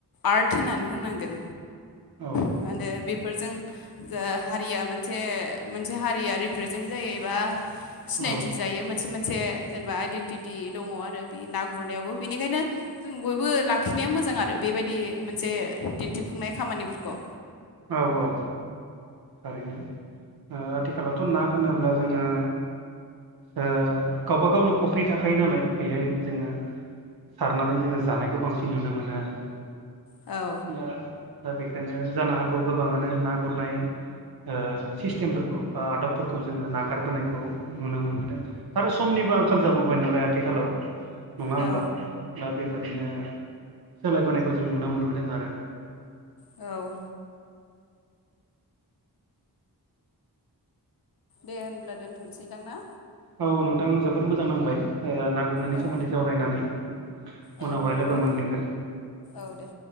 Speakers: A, on the left; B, on the right.
A: आर्ट होननानै बुंनांगोन।
B: औ
A: आरो बेफोरजों जा हारिया मोनसे मोनसे हारिया रिप्रेजेन्ट जायो एबा सिनायथि
B: औ
A: जायो मोनसे मोनसे जेनेबा आइडेन्टिटि दङ आरो बे ना गुरनायावबो बेनिखायनो जों बयबो लाखिनाया मोजां आरो बेबायदि मोनसे दिन्थिफुंनाय खामानिफोरखौ
B: औ औ थारैनो ओ आथिखालावथ' ना होनोब्ला जोङो ओ गावबा गावनो फख्रि थाखायो नालाय बेहाय जोङो सारनानै जोङो जानायखौ बांसिन नुनो मोनो आरो
A: औ
B: दा दा बेखायनो जानो हागौ गोबाङानो ना गुरनाय ओ सिस्टेमफोरखौ बा आदबफोरखौ जोङो नागारबोनायखौ नुनो मोनबोदों। आरो समनिबो आंखाल जाबोबाय नालाय आथिखालाव नङा होनबा
A: औ
B: दा बेबादिनो सोलायबोनायखौ जों नुनो मोनबोदों आरो
A: औ दे होनब्ला दोनथ'सैदां ना।
B: औ नोंथां जोबोद मोजां नांबाय ओ गु रनायनि
A: औ
B: सोमोन्दै सावरायनानै
A: औ
B: उनावहाय लोगो
A: आइ
B: मोनफिनगोन
A: औ दे।